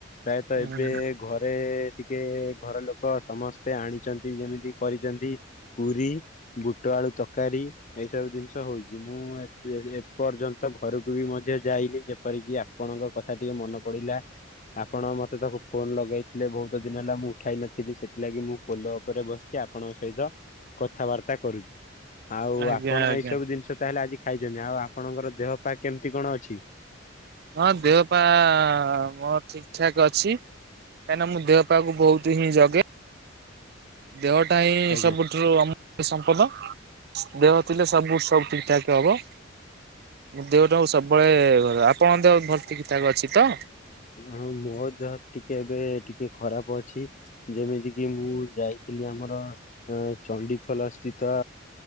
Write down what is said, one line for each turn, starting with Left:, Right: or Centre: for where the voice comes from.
Left: ପ୍ରାୟତ
Right: ହୁଁ
Left: ଏବେ ଘରେ ଟିକେ ଘର ଲୋ ତ ସମସ୍ତେ ଆଣିଚନ୍ତି ଯେମିତି କରିଚନ୍ତି ପୁରୀ, ବୁଟ ଆଳୁ ତରକାରୀ। ଏଇସବୁ ଜିନ୍ଷ ହଉଚି ମୁଁ ଏ ତେ ଏପର୍ଯ୍ୟନ୍ତ ଘରକୁ ବି ମଧ୍ୟ ଯାଇନି ଯେପରିକି ଆ ଆପଣଙ୍କ କଥା ଟିକେ ମନ ପଡିଲା ଆପଣ ମତେ ତାକୁ ଫୋନ ଲଗେଇଥିଲେ ବହୁତ ଦିନି ହେଲା ମୁଁ ଉଠାଇ ନ ଥିଲି ସେଥିଲାଗି ମୁଁ ପୋଲ ଉପରେ ବସି ଆପଣଙ୍କ ସହିତ କଥାବାର୍ତ୍ତା କରୁଚି। ଆଉ
Right: ଆଜ୍ଞା
Left: ଆପଣ
Right: ଆଜ୍ଞା
Left: ଏଇ ସବୁ ଜିନ୍ଷ ତାହେଲେ ଆଜି ଖାଇଚନ୍ତି ଆଉ ଆପଣଙ୍କର ଦେହ ପା କେମ୍ତି କଣ ଅଛି?
Right: ହଁ ଦେହ ପା ମୋର ଠିକ୍ ଠାକ୍ ଅଛି। କାହିଁକିନା ମୁଁ ଦେଅପାକୁ ବହୁତ୍ ହିଁ ଜଗେ। ଦେହଟା ହିଁ
Left: ଆଜ୍ଞା।
Right: ସବୁ ଅମୂଲ୍ୟ ସମ୍ପଦ ଦେହ ଥିଲେ ସବୁ ସବୁ ଠିକଠାକ ହବ। ଦେହଟାକୁ ସବୁବେଳେ ଘ ଆପଣଙ୍କ ଦେହ ଭଲ ଠିକଠାକ୍ ଅଛି ତ?
Left: ହଁ ମୋ ଦେହ ଟିକେ ଏବେ ଟିକେ ଖରାପ ଅଛି। ଯେମିତି କିି ମୁଁ ଯାଇଥିଲି ଆମର ଏ ଚଣ୍ଡିଖୋଲ ସ୍ଥିତ